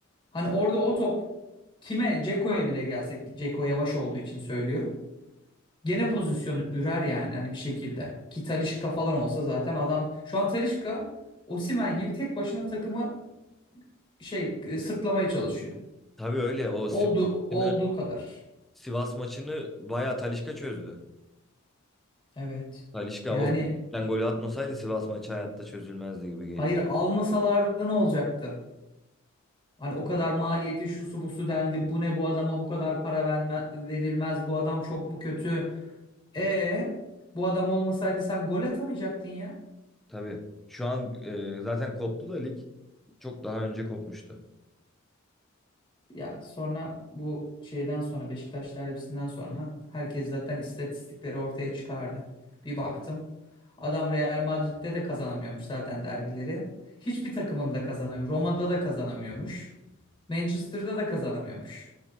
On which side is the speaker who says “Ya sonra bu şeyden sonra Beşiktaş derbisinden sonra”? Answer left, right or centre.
Left